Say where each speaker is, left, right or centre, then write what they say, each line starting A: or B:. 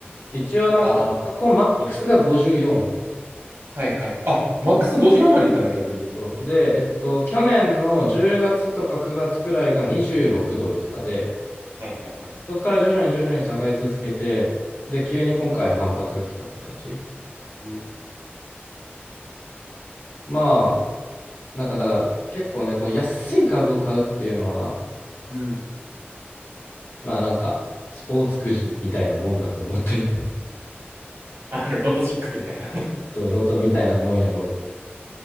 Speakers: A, on the left; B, on the right.
A: 一応なんか、
B: ああ、
A: 過去マックスが54。
B: いいね。はいはいはい。あ、マックス54までいったの、逆に。
A: そうで、えっと、去年の10月とか9月くらいが26ドルとかで、
B: はいはいはい。
A: そこから徐々に徐々に下がり続けて、で、急に今回反発が来たって感じ。
B: うん。
A: まあ、なんかだから、結構ね、この安い株を買うっていうのは、
B: うん
A: まあなんか、スポーツくじみたいなもんだと思ってる。<laughs>
B: あの、ロト6みたいな。<laughs>
A: そう、ロトみたいなもんやろうと。